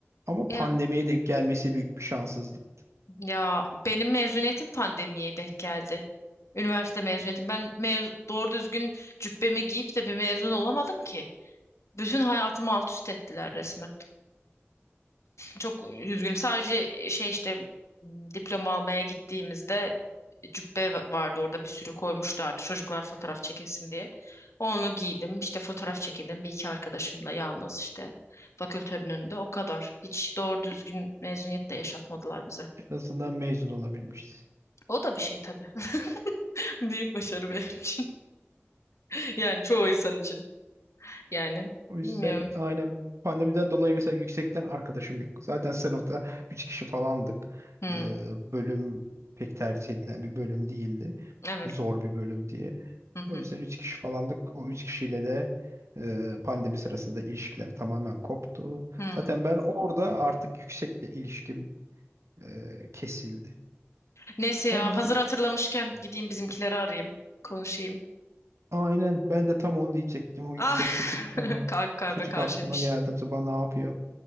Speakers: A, on the right; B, on the left.
A: Ama
B: Ya
A: pandemiye denk gelmesi büyük bir şanssızlık.
B: ya benim mezuniyetim pandemiye denk geldi. Üniversite mezuniyetim. Ben mez doğru düzgün cübbemi giyip de bir mezun olamadım ki. Bütün hayatımı alt üst ettiler resmen. Çok üzgünüm. Sadece e, şey işte m, diploma almaya gittiğimizde cübbe va- vardı orada bir sürü koymuşlardı çocuklar fotoğraf çekesin diye. Onu giydim işte fotoğraf çekildim bir iki arkadaşımla yalnız işte fakültenin önünde o kadar. Hiç doğru düzgün mezuniyet de yaşatmadılar bize.
A: En azından mezun olabilmişti.
B: O da bir şey tabii. <laughs> Büyük başarı benim için. <laughs> Yani çoğu insan için. Yani
A: O yüzden
B: bilmiyorum.
A: aynen pandemiden dolayı mesela yüksekten arkadaşım yok. Zaten sınıfta 3 kişi falandık.
B: Hmm,
A: Ee, bölüm pek tercih edilen bir bölüm değildi.
B: evet.
A: Zor bir bölüm diye.
B: Hı
A: O
B: hı.
A: yüzden 3 kişi falandık. O 3 kişiyle de e, pandemi sırasında ilişkiler tamamen koptu.
B: hı.
A: Zaten ben orada artık yüksekle ilişkim e, kesildi.
B: Neyse ya
A: Ben bir gidip
B: hazır hatırlamışken gideyim bizimkileri arayayım. Konuşayım.
A: aynen ben de tam onu diyecektim. O yüksekteki
B: Ah,
A: bir tane
B: <laughs> kalp kalbe
A: çocuk
B: karşıymış.
A: aklıma geldi. Acaba ne yapıyor?